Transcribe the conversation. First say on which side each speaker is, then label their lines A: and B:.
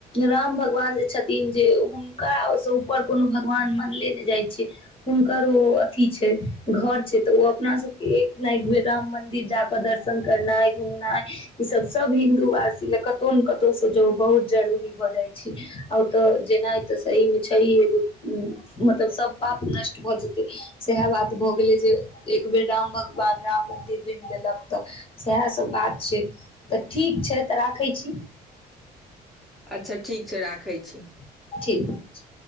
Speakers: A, on the left (about 30°); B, in the centre.
A: राम भगवान जे छथिन जे हुनका ओय से ऊपर कुनू भगवान मानले नै जाय छै, हुनकर ओ अथी छै घर छै तऽ उ अपना सबके एक ने एक बेर राम मंदिर जाके दर्शन करनाय, घुमनाय ई सब सब हिन्दुवासी ले कतो ने क तो से जौ बहुत जरूरी भऽ जाय छै, आ ओता जेनाए ते सही मे छै, एगो उम्म मतलब सब पाप नष्ट भऽ जेते सेहाए बात भऽ गेलै, जे एक बेर राम भगवान राम मन्दिर घुम लेलक तऽ सेहाए सब बात छै, तऽ ठीक छै ते राखै छी।
B: अच्छा ठीक छै, राखै छी।
A: ठीक छै।